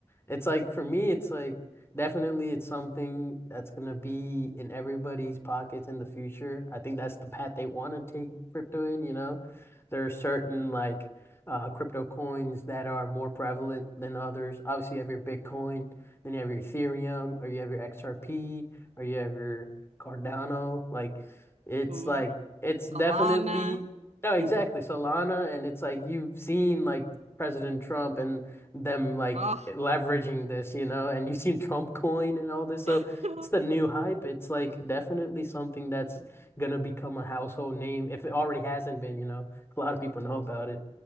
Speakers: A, on the left (about 20°); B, on the right (about 70°).
A: it's like for me it's like definitely it's something that's gonna be in everybody's pockets in the future. I think that's the path they want to take crypto in, you know. There are certain like uh crypto coins that are more prevalent than others. Obviously you have your Bitcoin, then you have your Ethereum or you have your XRP or you have your Cardano. Like it's
B: Mhm.
A: like it's
B: Solana.
A: definitely no, exactly
B: <laughs>
A: Solana, and it's like you've seen like President Trump and them like
B: oh,
A: leveraging this, you know, and you've seen Trump <laughs> coin and all this. So
B: <laughs>
A: it's the new hype. It's like definitely something that's gonna become a household name if it already hasn't been, you know. A lot of people know about it.